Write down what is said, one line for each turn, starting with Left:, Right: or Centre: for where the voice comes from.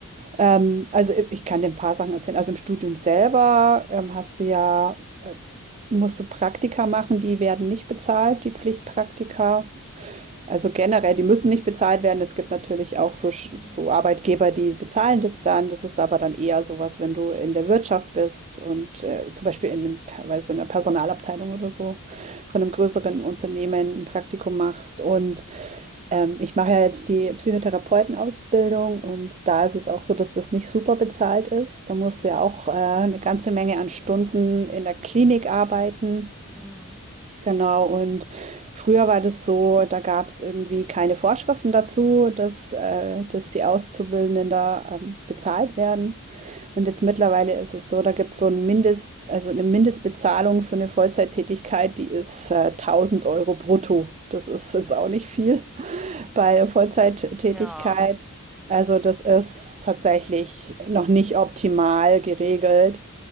Right: Ähm, also i- ich kann dir ein paar Sachen erzählen. Also im Studium selber ähm, hast du ja, äh, musst du Praktika machen, die werden nicht bezahlt, die Pflichtpraktika. Also generell, die müssen nicht bezahlt werden. Es gibt natürlich auch so, Sch-
Centre: Hm.
Right: so Arbeitgeber, die bezahlen das dann. Das ist aber dann eher sowas, wenn du in der Wirtschaft bist und äh, zum Beispiel in, dem, weiß, in der Personalabteilung oder so von einem größeren Unternehmen ein Praktikum machst. Und ähm, ich mache ja jetzt die Psychotherapeutenausbildung und da ist es auch so, dass das nicht super bezahlt ist. Da musst du ja auch äh, eine ganze Menge an Stunden in der Klinik arbeiten.
Centre: Hm.
Right: Genau, und früher war das so, da gab es irgendwie keine Vorschriften dazu, dass, äh, dass die Auszubildenden da ähm, bezahlt werden. Und jetzt mittlerweile ist es so, da gibt es so ein Mindest, also eine Mindestbezahlung für eine Vollzeittätigkeit, die ist äh, 1000 Euro brutto. Das ist jetzt auch nicht viel <laughs> bei Vollzeittätigkeit.
Centre: Ja.
Right: Also das ist tatsächlich noch nicht optimal geregelt.